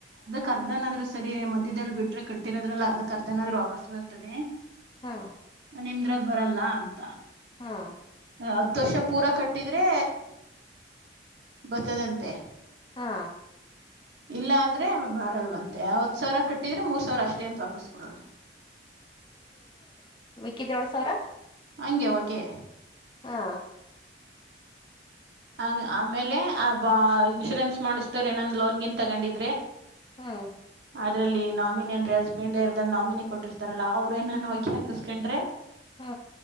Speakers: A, on the right; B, on the left.
A: ಕರ್ದನ್ ಆದ್ರೂ ಸರಿ ಮದ್ದಲ್ ಬಿಟ್ರೆ ಕಟ್ಟಿರೋದ್ರಲ್ಲಿ ಅರ್ಧ ಕರ್ದನ ಆದೂ ವಾಪಸ್ ಬರ್ತದೆ
B: ಹಾ
A: ನಿಮ್ರಲ್ಲಿ ಬರಲ್ಲ ಅಂತ
B: ಹಾ
A: ಹತ್ತು ವರ್ಷ ಪೂರ ಕಟ್ಟಿದ್ರೆ ಬರ್ತದಂತೆ
B: ಹಾ
A: ಇಲ್ಲ ಅಂದ್ರೆ ಬಾರಲ್ ಬಂತೆ ಅವಾವತ್ ಸಾವಿರ ಕಟ್ಟಿದ್ರೆ ಮೂರ್ ಸಾವಿರ ಅಷ್ಟೇ ಅಂತ ವಾಪಸ್ ಕೊಡೋದು
B: ಕ ದೋಳ ಸಾವಿರ
A: ಹಂಗಗೆ ಒಗೆ
B: ಹಾ
A: ಹಂಗ ಆಮೇಲೆ ಆ ಬಾ ಇನ್ಶೂರೆನ್ಸ್ ಮಾಡಿಸತವ್ರ ಏನೊಂದ್ ಲೋನ್ಗಿನ್ ತಗೊಂಡಿದ್ರೆ
B: ಹಾ
A: ಅದ್ರಲ್ಲಿ ನಾಮಿನಿ ಅಂದ್ರೆ ಹಸ್ಬೆಂಡ್ ಎರ್ದ ನಾಮಿನಿ ಕೊಟ್ಟಿರ್ತಾರಲ್ಲ ಅವ್ರ ಏನಾನೋ ಒಗ್ಗಿಾಕಸ್ಕಂಡ್ರೆ
B: ಹಾ